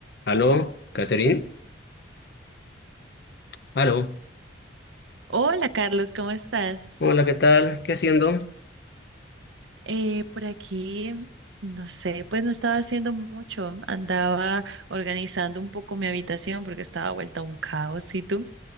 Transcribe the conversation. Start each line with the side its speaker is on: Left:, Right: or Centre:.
Left: Aló, Catherine. Aló.
Right: Hola Carlos, ¿cómo estás?
Left: Hola, ¿qué tal? ¿Qué haciendo?
Right: Eh, por aquí, no sé, pues no estaba haciendo mucho, andaba organizando un poco mi habitación porque estaba vuelta un caos, ¿y tú?